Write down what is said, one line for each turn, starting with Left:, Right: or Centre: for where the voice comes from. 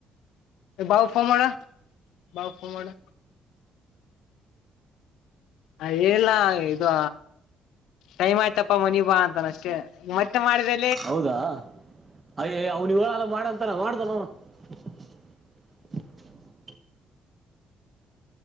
Left: ಬವುಫಾಮಡ ಬವುಫ ಮಾಡಡ ಅ ಎಲ್ಲ ಇದು ಟೈಮ್ ಆಯ್ತಪ್ಪ ಮನಿ ಬಾ ಅಂತಾನ ಅಷ್ಟೇ ಮತ್ತೆ ಮಾಡಿದೆ
Right: ಹೌದಾ ಅಯ್ಯಯ್ಯೋ ಅವ್ನು ಇವಾಗ ಮಾಡಂತಾನ ಮಾಡ್ದನೋ <unintelligible>